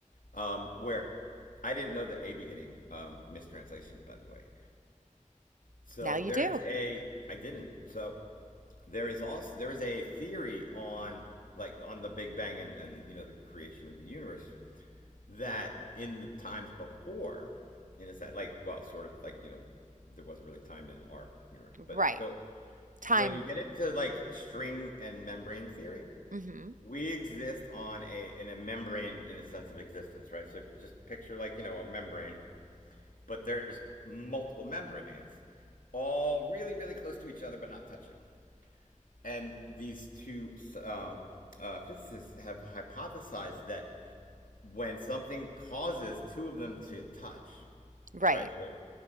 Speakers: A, on the left; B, on the right.
A: um, where I didn't know the a beginning um, mistranslation, by the way. So
B: Now you
A: there
B: do.
A: is a I didn't. So there is also there is a theory on like on the Big Bang and, and you know the creation of the universe that in the times before, in a sense, like well, sort of like you know there wasn't really time in our universe,
B: Right.
A: but so
B: Time.
A: when you get into like string and membrane theory,
B: hmm
A: we exist on a in a membrane in a sense of existence, right? So if you just picture like you know a membrane but there's multiple membranes, all really, really close to each other, but not touching. And these two um, uh, physicists have hypothesized that when something causes two of them to touch,
B: Right.
A: right? So